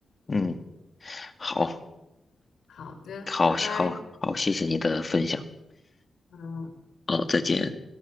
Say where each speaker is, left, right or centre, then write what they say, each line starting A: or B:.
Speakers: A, on the left; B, on the left.
A: 嗯，好，
B: 好的，
A: 好，
B: 拜拜。
A: 好，好，谢谢你的分享。
B: 嗯。
A: 嗯，再见。